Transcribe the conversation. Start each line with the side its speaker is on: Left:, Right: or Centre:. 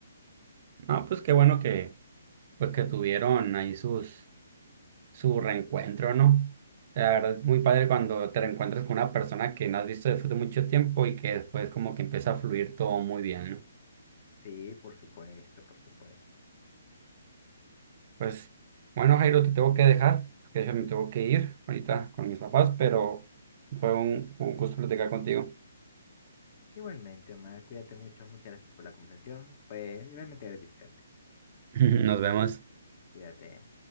Right: No, pues qué bueno que, pues que tuvieron ahí sus, su reencuentro, ¿no? La verdad es muy padre cuando te reencuentras con una persona que no has visto después de mucho tiempo y que después como que empieza a fluir todo muy bien, ¿no?
Left: Sí, por supuesto, por supuesto.
Right: Pues bueno, Jairo, te tengo que dejar, porque yo me tengo que ir ahorita con mis papás, pero fue un, un gusto platicar contigo.
Left: Igualmente, Omar, cuídate mucho. Muchas gracias por la conversación. Fue realmente gratificante.
Right: <laughs> Nos vemos.
Left: Cuídate.